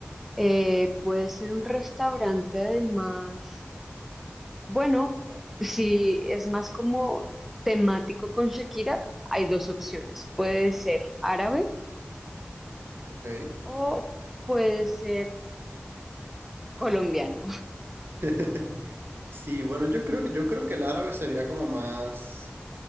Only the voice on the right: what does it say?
Ok.
<laughs> Sí, bueno, yo creo que, yo creo que el árabe sería como más...